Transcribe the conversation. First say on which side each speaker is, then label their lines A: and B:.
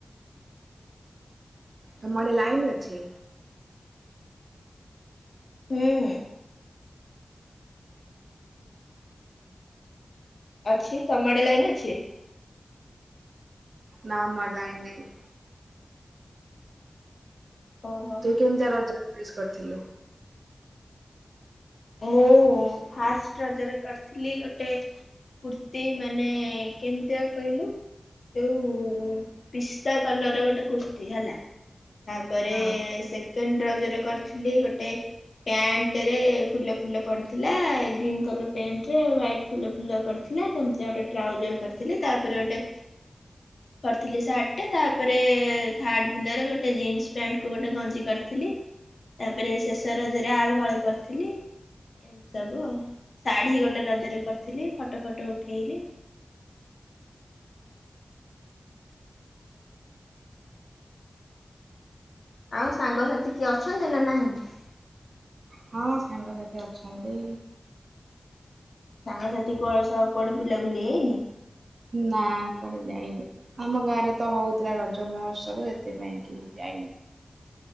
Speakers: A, on the right; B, on the left.
A: ତମ ଆଡେ ଲାଇନ ଅଛି?
B: ହୁଁ। ଅଛି ତମ ଆଡେ ଲାଇନ୍ ଅଛି?
A: ନାଁ ଆମ ଆଡେ ଲାଇନି ନାଇଁ।
B: ଓହୋ
A: ତୁ କେମିତିଆ ରଜ ରେ ଡ୍ରେସ କରିଥିଲୁ?
B: ମୁଁ ଫାଷ୍ଟ ରଜରେ କରିଥିଲି ଗୋଟେ କୁର୍ତ୍ତିୀ ମାନେ କେମିତିଆଉ କହିଲୁ? ଯୋଉ ପିସ୍ତା କଲର ର ଗୋଟେ କୁର୍ତ୍ତିୀ ହେଲା? ତାପରେ
A: ହଁ
B: ସେକେଣ୍ଡ ରଜ ରେ କରିଥିଲି ଗୋଟେ ପ୍ୟାଣ୍ଟରେ ଫୁଲ ଫୁଲ ପଡିଥିଲା ଗ୍ରୀନ୍ କଲର ପେଣ୍ଟ ରେ ୱଇଟି ଫୁଲ ଫୁଲ ପଡିଥିଲା ସେମିତି ଗୋଟେ ଟାଉଜର କରିଥିଲେ ତାପରେ ଗୋଟେ କରିଥିଲି ସାର୍ଟଟେ ତାପରେ ଥାର୍ଡ ଦିନରେ ଗୋଟେ ଜିନ୍ସ ପ୍ୟାଣ୍ଟ କୁ ଗୋଟେ ଗଞ୍ଜି କରିଥିଲି। ତାପରେ ଶେଷ ରଜରେ ଆଉ ହଲେ କରିଥିଲି। ଏମତି ସବୁ ଆଉ ଶାଢୀ ଗୋଟେ ରଜରେ କରିଥିଲି ଫଟୋ ଫଟୋ ଉଠେଇଲି। ଆଉ ସାଙ୍ଗସାଥି କିଏ ଅଛନ୍ତି ନା ନାହାନ୍ତି?
A: ହଁ ସାଙ୍ଗସାଥୀ ଅଛନ୍ତି।
B: ସାଙ୍ଗସାଥି କୁଆଡେ ସହ କୁଆଡେ ବୁଲାବୁଲି ହେଇନି?
A: ନାଁ କୁଆଡେ ଯାଇନି। ଆମ ଗାଁ ରେ ତ ହଉଥିଲା ରଜ ମହୋତ୍ସବ ସେଥିପାଇଁ କି ଯାଇନି।